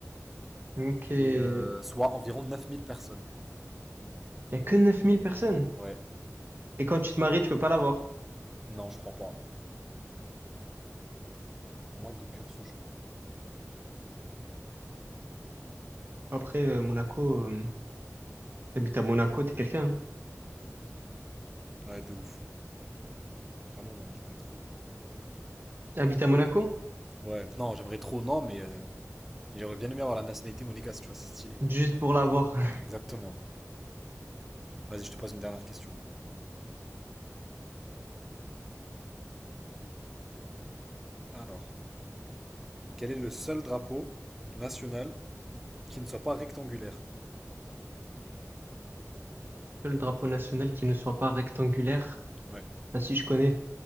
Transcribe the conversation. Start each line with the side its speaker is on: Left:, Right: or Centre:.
Right: Ok.
Centre: Et
Right: Y
Centre: euh, soit environ 9000 personnes.
Right: a que 9000 personnes.
Centre: Ouais.
Right: Et quand tu te maries, tu peux pas l'avoir.
Centre: Non, je crois pas. Faut vraiment être de pure souche, je crois.
Right: Après, euh, Monaco. euh, T'habites à Monaco, t'es quelqu'un. hein.
Centre: Ouais, de ouf. Vraiment, moi, j'aimerais trop.
Right: T'habites
Centre: Vraiment
Right: à Monaco?
Centre: trop. Ouais, non, j'aimerais trop, non, mais... euh, Mais j'aurais bien aimé avoir la nationalité monégasque, tu vois, c'est stylé.
Right: Juste pour l'avoir. <laughs>
Centre: Exactement. Vas-y, je te pose une dernière question. Alors, quel est le seul drapeau national qui ne soit pas rectangulaire?
Right: Le drapeau national qui ne soit pas rectangulaire.
Centre: Ouais,
Right: Ah si, je connais.